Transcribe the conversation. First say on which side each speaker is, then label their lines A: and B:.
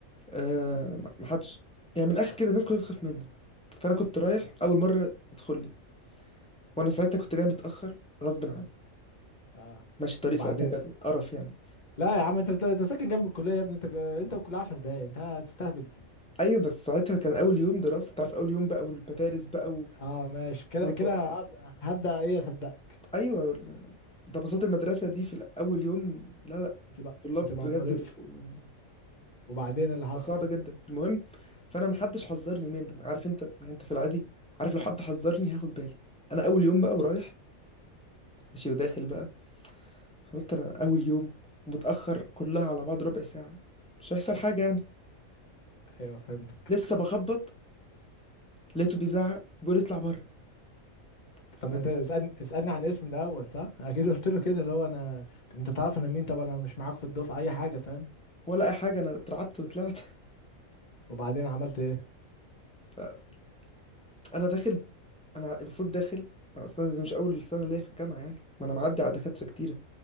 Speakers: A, in the centre; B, on the left.
A: آه ما- محدش يعني من الاخر كده الناس كلها بتخاف منه فانا كنت رايح اول مره ادخل لي وانا ساعتها كنت جاي متاخر غصب عني
B: اه
A: ماشي الطريق
B: وبعدين
A: ساعتها كان قرف يعني
B: لا يا عم انت انت أنت ساكن جنب الكليه يا ابني انت انت والكليه 10 دقايق انت هتستهبل
A: ايوه بس ساعتها كان اول يوم دراسه انت عارف اول يوم بقى والمدارس بقى و...
B: اه ماشي كده
A: والب...
B: كده هب- هبدا ايه اصدقك
A: ايوه وال- ده بساطة المدرسه دي في اول يوم لا لا
B: بتبقى
A: طلاب
B: بتبقى
A: بجد
B: مقرف
A: بيبقوا
B: وبعدين اللي حصل
A: صعب جدا المهم فانا محدش حذرني منه عارف انت يعني انت في العادي عارف لو حد حذرني هاخد بالي انا اول يوم بقى ورايح ماشي وداخل بقى أنا قلت انا اول يوم متاخر كلها على بعض ربع ساعه مش هيحصل حاجه يعني
B: ايوه فهمتك
A: لسه بخبط لقيته بيزعق وبيقول اطلع بره فانا
B: طب
A: قاعد.
B: انت اسالني اسالني عن اسمي الاول صح <laughs> اكيد قلت له كده اللي هو انا طب انت تعرف انا مين طب انا مش معاك في الدفعه اي حاجه فاهم
A: ولا اي حاجه انا اترعبت وطلعت
B: وبعدين عملت ايه
A: <laughs> فانا داخل انا المفروض داخل اصلا دي مش اول سنه ليا في الجامعه يعني ما انا معدي على دكاتره كتيره